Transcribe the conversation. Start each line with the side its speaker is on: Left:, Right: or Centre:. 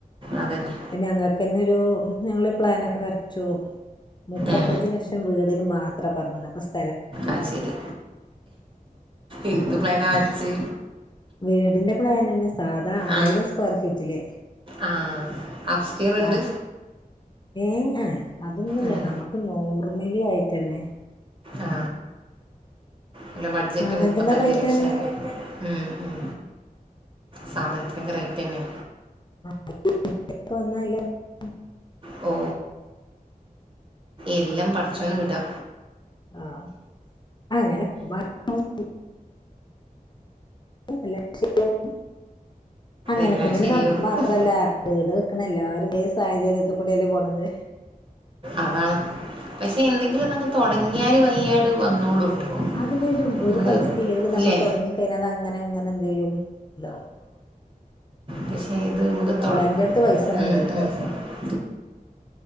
Right: അതന്നെ
Left: ഞങ്ങക്കന്നൊരു ഞങ്ങള് പ്ലാനൊക്കെ വരച്ചു മുപ്പത്തഞ്ച്
Right: ഏ
Left: ലക്ഷം വീടിന് മാത്ര പറഞ്ഞത് അപ്പൊ സ്
Right: ആഹ് ശരി എന്ത് പ്ലാന വരച്ച്
Left: വീടിന്റെ പ്ലാനന്നെ സാധാ
Right: ആ
Left: ആയിരം സ്ക്വയർ ഫീറ്റില്
Right: ആ അപ്സ്കീർ ഉണ്ട്
Left: ആ. ഏയ് ആഹ് അതൊന്നുല്ല
Right: ഉം.
Left: നമ്മക്ക് നോർമലി ആയിട്ടന്നെ.
Right: ആ അല്ല ബഡ്ജറ്റ്
Left: സാധനത്തിന്റെ
Right: മുപ്പത്തഞ്ച്
Left: റേറ്റ്
Right: ലക്ഷാണ്
Left: ആണ്
Right: ഉം ഉം സാധനത്തിനൊക്കെ റേറ്റ്ന്നെ
Left: <unintelligible>
Right: ഓ. എല്ലാം പടച്ചോന് വിടാ.
Left: ആഹ് അങ്ങനെ. <unintelligible> ല്ല <unintelligible> അങ്ങനെത്തന്നെലെ
Right: എല്ലാം ശരിയാവും
Left: നമ്മൾ മാത്രല്ല വീട് വെക്ക്ണ എല്ലാ രേ സാഹചര്യത്തികൂടെല്ലേ പോണത്.
Right: അതാണ് പക്ഷെ എന്തെങ്കിലുംനങ്ങ് തൊടങ്ങിയാല് വയ്യാട് വന്നോളൂ. കേട്ടോ
Left: അത് വരും ഒരു
Right: നമ്മൾ
Left: പൈസ ഇല്ലേലും നമ്മൾ
Right: ഇല്ലേ
Left: തുടങ്ങി കഴിഞ്ഞാത് അങ്ങനെ അങ്ങനെ എന്ത്യ്യും ഇതാവും.
Right: പഷേ ഇത് മ്മക്ക് തൊ
Left: എന്റെ അടുത്ത് പൈസ ഉണ്ടോ
Right: ഉം
Left: ചോദിക്കും
Right: ഉം